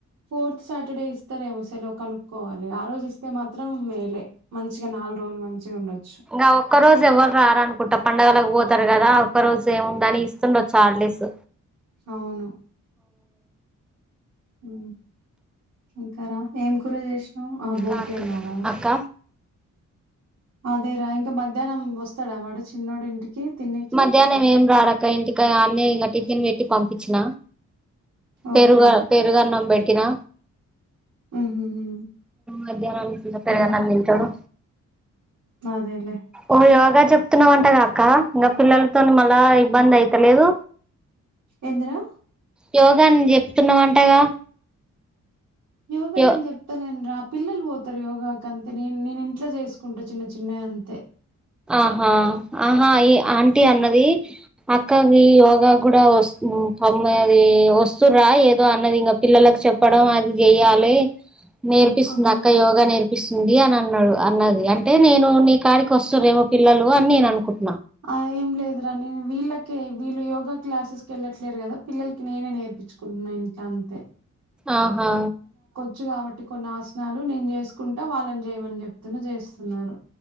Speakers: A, on the right (about 75°); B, in the centre.
A: ఫోర్త్ సాటడే ఇస్తారేమో సెలవు కనుక్కోవాలి ఆ రోజు ఇస్తే మాత్రం మేలే మంచిగా నాలుగు రోజులు మంచిగా ఉండొచ్చు
B: ఆ ఒక్క రోజు ఎవ్వరు రారనుకుంటా. పండగలకు పోత్ కదా ఒక రోజు ఏముండని ఇస్తుండొచ్చు హాలిడేస్
A: అవును! ఉ ఇంకారా ఏమ్ కూర చేసినవ్ ఉహు ఆ
B: ఇంకా
A: బోటీ
B: అక్క
A: అన్నావు కదా
B: అక్క
A: అదేరా ఇంకా మధ్యాహ్నం వస్తాడా వాడు చిన్నోడు ఇంటికి తిన్నికి
B: మధ్యాహ్నం ఏం రాడాక ఇంటికా అన్నే ఇంగా టిఫిన్ పెట్టి పంపించిన పెరుగా
A: ఓకే
B: పెరుగన్నం పెట్టినా
A: హుహుహు.
B: మధ్యాహ్నకి ఇగా పెరుగన్నం
A: హ్మ్.
B: తింటాడు
A: అదేలే
B: ఓ యోగా చెప్తున్నావంట అక్క ఇగా పిల్లలతో మళ్ళా ఇబ్బంది అయితలేదు
A: ఎందిరా
B: యోగా న్ చెప్తున్నావంటగా
A: యోగ
B: యో
A: ఏం చెప్పలేను రా పిల్లలు పోతారు యోగాకి అంతే నేన్ నేను ఇంట్లో చేసుకుంటే చిన్న చిన్నయి అంతే
B: ఆహా ఆహా ఈ ఆంటీ అన్నది అక్క ఈ యోగా కూడా వస్ పమ్ అది వస్తురా ఏదో అన్నది ఇంకా పిల్లలకు చెప్పడం అది చెయాలి నేర్పిస్తుంది
A: ఆహా
B: అక్క యోగా నేర్పిస్తుంది అని అన్నాడు అన్నది అంటే నేను నీ కాడికి వస్త్ స్తురు ఏమో పిల్లలు అని నేననుకుంటున్న!
A: ఆ ఏంలేదరా నేను వీళ్ళకే వీళ్ళు యోగా క్లాసెస్కి ఎళ్ళట్లేదు కదా పిల్లకి నేనే నేర్పించుకుంటున్నా ఇంట్ల అంతే
B: ఆహా
A: చ్చు కాబట్టి కొన్ని ఆసనాలు నేను చేసుకుంటా. వాళ్ళని చేయమని చెప్తున్నా చేస్తున్నారు!